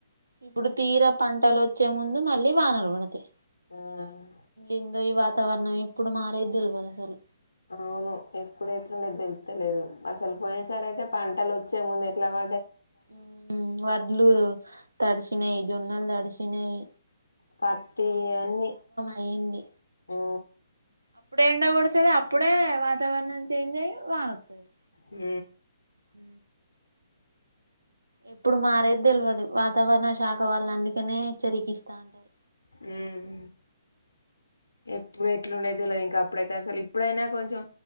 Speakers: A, on the right; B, on the left.
A: ఇప్పుడు తీరా పంటలు వచ్చే ముందు మళ్ళీ వానలు పడతాయి.
B: ఆ
A: ఏందో ఈ వాత వాతావరణం ఇప్పుడు మారేది తెల్వదు అసలు
B: అవును. ఎప్పుడు ఎట్లుండేది తెలుస్తలేదు అసలు పోయిన సారీ అయితే పంటలు వచ్చ ముందు ఎట్లానో
A: ఊహు వడ్లు తడిసినయి జొన్నలు తడిసినయి.
B: పత్తి అన్నీ
A: అయింది
B: ఊ
A: అప్పుడే ఎండ కొడుతుంది అప్పుడే వాతావరణం చేంజ్ అయ్యి వానత్తది.
B: ఊ
A: ఊ ఎప్పుడు మారేది తెల్వదు వాతావరణ శాఖ వాళ్ళు అందుకనే చెరికిస్తా అంటారు.
B: ఉహు ఎప్ ప్పుడు ఇట్లుండదు లే అప్పుడైతే అసలు ఇప్పుడయినా కొంచెం